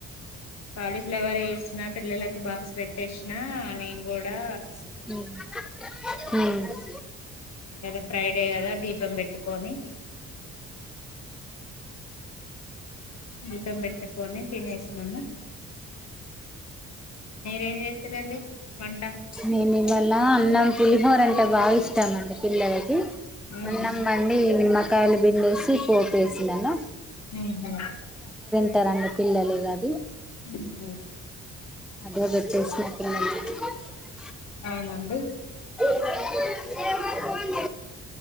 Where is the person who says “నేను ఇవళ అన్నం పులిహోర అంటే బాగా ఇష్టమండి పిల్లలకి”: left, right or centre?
Centre